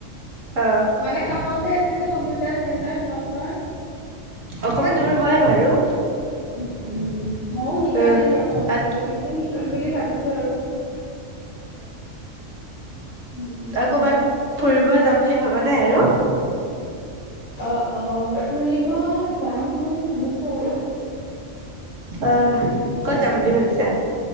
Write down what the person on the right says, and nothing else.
অ
অকমান দূৰ হয় বাৰু।
অ
তাত
আ কবাত ফুৰিব যাম বুলি ভবা নাই আৰু?
অ, ক'ত যাম বুলি ভাবিছা?